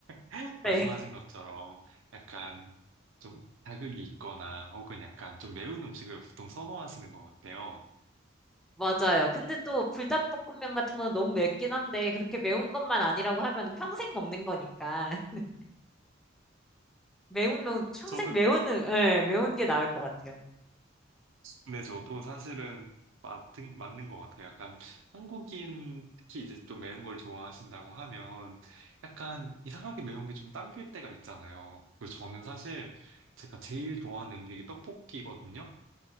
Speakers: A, on the right (about 85°); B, in the centre.
A: <laughs> 말씀하신
B: 네, <laughs>
A: 것처럼 약간 좀 자극이 있거나 혹은 약간 좀 매운 음식을 보통 선호하시는 것 같아요.
B: 맞아요. 근데 또 불닭볶음면 같은 건 너무 맵긴 한데 그렇게 매운 것만 아니라고 하면 평생 먹는 거니까 <laughs> 매운 면 평생
A: 저도,
B: 매운 예, 매운 게 나을 것 같아요.
A: 네, 저도 사실은 맞은, 맞는 것 같아요. 약간 한국인 특히 이제 좀 매운 걸 좋아하신다고 하면 약간 이상하게 매운 게 좀 당길 때가 있잖아요. 그리고 저는 사실 제가 제일 좋아하는 음식이 떡볶이거든요.